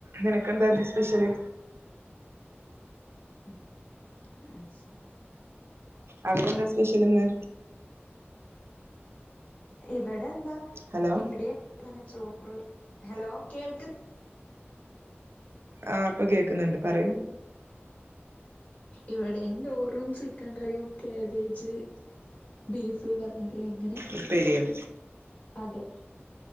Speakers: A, on the right; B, on the left.
A: നിനക്കെന്തായിരുന്നു സ്പെഷ്യല്
B: ഉം അയ്ശരി
A: അവിടെന്താ സ്പെഷ്യല്ന്ന്?
B: ഇവടെന്താ
A: ഹലോ
B: ഇവിടെ <unintelligible> ചോറ് ഹലോ കേൾക്ക്
A: ആഹ് ഇപ്പൊ കേക്കുന്നുണ്ട് പറയൂ
B: ഇവിടെം ചോറും, ചിക്കൻ കറിയും കേബേജ്, ബീഫ് പർണാതിരി അങ്ങനെ
A: ഉപ്പേരിയും
B: അതെ